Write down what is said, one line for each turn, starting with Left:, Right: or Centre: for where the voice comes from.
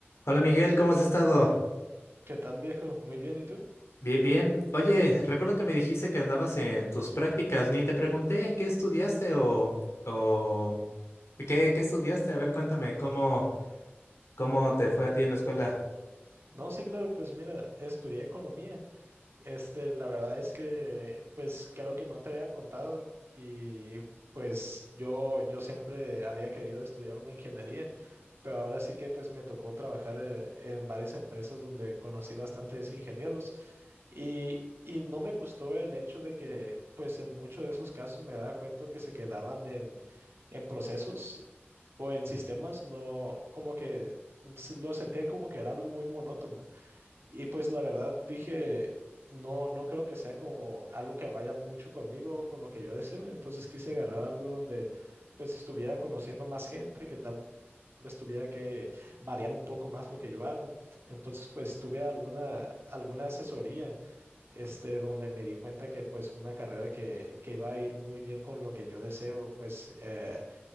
Left: Hola Miguel, ¿cómo has estado?
Right: ¿Qué tal, viejo? Muy bien, ¿y tú?
Left: Bien, bien. Oye, recuerdo que me dijiste que andabas en tus prácticas, ni te pregunté qué estudiaste o, o qué, qué estudiaste. A ver, cuéntame, ¿cómo, cómo te fue a ti en la escuela?
Right: No, sí, claro, pues mira, estudié economía. Este, la verdad es que, pues creo que no te había contado y pues yo, yo siempre había querido estudiar una ingeniería, pero ahora sí que pues me tocó trabajar eh, en varias empresas donde conocí bastantes ingenieros y, y no me gustó el hecho de que pues en muchos de esos casos me daba cuenta que se quedaban en, en procesos o en sistemas, no, como que s- lo sentía como que era algo muy monótono. Y pues la verdad dije, no, no creo que sea como algo que vaya mucho conmigo, con lo que yo deseo. Entonces quise agarrar algo donde pues estuviera conociendo más gente, que tal vez tuviera que variar un poco más lo que yo hago. Entonces pues tuve alguna, alguna asesoría, este, donde me di cuenta que pues una carrera que, que iba a ir muy bien con lo que yo deseo, pues... eh,